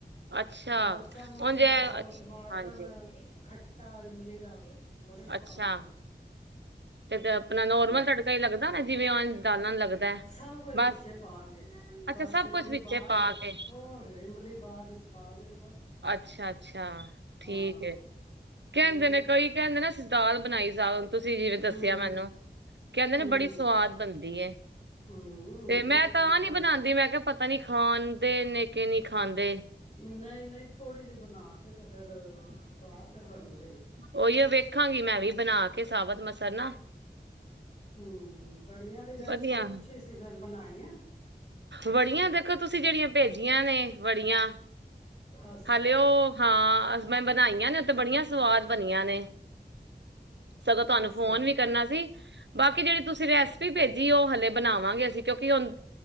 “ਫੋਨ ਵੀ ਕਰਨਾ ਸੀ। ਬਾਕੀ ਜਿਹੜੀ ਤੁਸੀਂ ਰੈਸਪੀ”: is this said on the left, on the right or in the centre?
Right